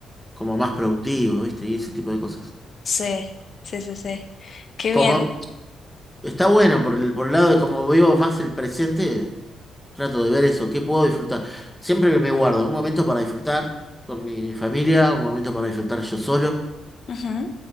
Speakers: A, in the centre; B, on the left (about 40°).
A: como más productivo, ¿viste? Y ese tipo de cosas.
B: Sí, sí, sí, sí. Qué
A: Como
B: bien.
A: Está bueno por el, por el lado de como vivo más el presente, trato de ver eso, qué puedo disfrutar. Siempre que me guardo un momento para disfrutar con mi familia, un momento para disfrutar yo solo.
B: Ujú,